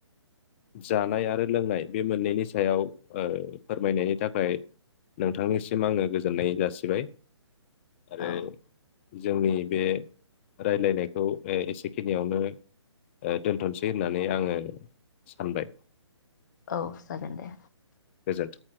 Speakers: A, on the left (about 25°); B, on the left (about 40°).
A: जानाय आरो लोंनाय बे मोननैनि सायाव ओ फोरमायनायनि थाखाय नोंथांनिसिम आङो गोजोननाय जासिबाय। आरो
B: औ
A: जोंनि बे रायलायनायखौ ओ एसेखिनियावनो ओ दोनथ'सै होननानै आङो सानबाय।
B: औ जागोन दे।
A: गोजोन्थों।